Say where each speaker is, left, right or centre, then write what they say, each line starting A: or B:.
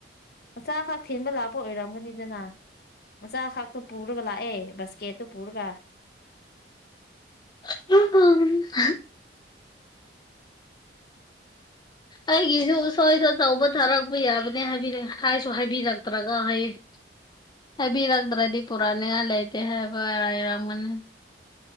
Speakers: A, on the left; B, on the left.
A: ꯃꯆꯥ ꯈꯛ ꯊꯤꯟꯕ ꯂꯥꯛꯄ ꯑꯣꯏꯔꯝꯒꯅꯤꯗꯅ ꯃꯆꯥ ꯈꯥꯛꯇꯨ ꯄꯨꯔꯒ ꯂꯥꯛꯑꯦ ꯕꯁꯀꯦꯠꯇ ꯄꯨꯔꯒ
B: <unintelligible> ꯑꯩꯒꯤꯁꯨ ꯎꯁꯣꯏꯗꯣ ꯑꯆꯧꯕ ꯊꯥꯔꯛꯄ ꯌꯥꯕꯅꯦ ꯍꯥꯏꯁꯨ ꯍꯥꯏꯕꯤꯔꯛꯇ꯭ꯔꯒ ꯍꯥꯢꯌꯦ ꯍꯥꯏꯕꯤꯔꯛꯇ꯭ꯔꯗꯤ ꯄꯨꯔꯛꯅꯤꯡꯉꯥꯏ ꯂꯩꯇꯦ ꯍꯥꯏꯕ <unintelligible> ꯂꯩꯔꯝꯒꯅꯤ